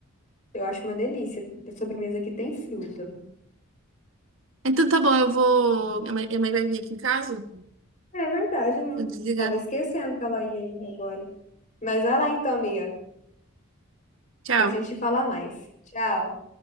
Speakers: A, on the left; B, on the right.
A: Eu acho uma delícia ter sobremesa que tem fruta.
B: Então tá bom, eu vou. Minha mãe minha mãe vai vir aqui em casa.
A: É verdade, né?
B: Vou desligar.
A: Tava esquecendo que ela ia aí agora. Mas vai lá então, amiga.
B: Tchau.
A: Depois a gente fala mais. Tchau.